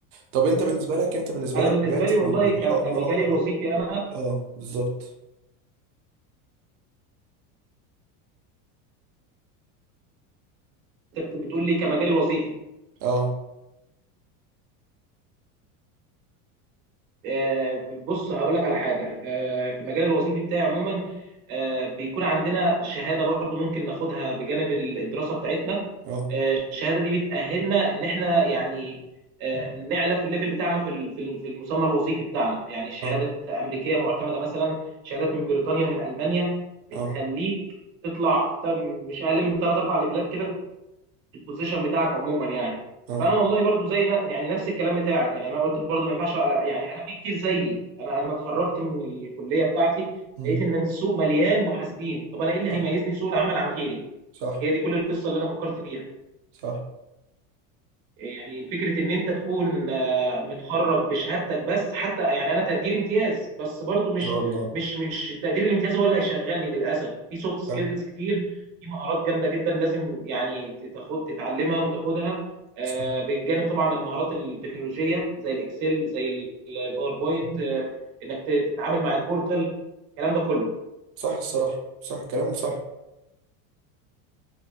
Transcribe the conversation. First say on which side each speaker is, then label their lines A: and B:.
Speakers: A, on the right (about 35°); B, on the right (about 75°).
A: طب انت بالنسبه لك انت بالنسبه
B: انا
A: لك
B: بالنسبه
A: دلوقتي
B: لي والله
A: ده ان
B: ك-
A: شاء الله
B: كمجالي الوظيفي انا
A: اه بالظبط
B: انت بت- بتقول لي كمجالي الوظيفي
A: اه
B: آه، بص هقول لك على حاجه آه، في المجال الوظيفي بتاعي عموما آه، بيكون عندنا شهاده برضو ممكن ناخدها بجانب الدراسه بتاعتنا
A: اه
B: آه، الشهاده دي بتاهلنا ان احنا يعني آه، نعلى في الليفل بتاعنا في ال- في ال- في المسمى الوظيفي بتاعنا يعني شهادات
A: اه
B: امريكيه معتمده مثلا شهادات من بريطانيا من المانيا بتخليك
A: اه
B: تطلع تل- مش اقل من ثلاث اربع ليفلات كده البوزيشن بتاعك عموما يعني
A: اه
B: فانا والله برضو زي نا- يعني نفس الكلام بتاعك يعني انا قلت برضو ما ينفعش أ- يعني انا في كتير زيي انا انا اتخرجت من الكليه بتاعتي
A: مم.
B: لقيت ان السوق مليان محاسبين طب انا ايه اللي
A: صح
B: هيميزني في سوق العمل عن غيري
A: صح
B: هي دي كل القصه اللي انا فكرت فيها
A: صح
B: يعني فكرة إن أنت تكون آه، متخرج بشهادتك بس حتى يعني أنا تقدير امتياز بس برضو مش
A: ان شاء الله
B: مش مش التقدير الامتياز هو اللي هيشغلني للأسف في سوفت سكيلز
A: صح
B: كتير في مهارات جامدة جدا لازم يعني تاخد تتعلمها وتاخدها آه،
A: صح
B: بجانب طبعا المهارات التكنولوجية زي الإكسل زي الباوربوينت آه، إنك ت- تتعامل مع البورتال الكلام ده كله
A: صح الصراحه صح كلامك صح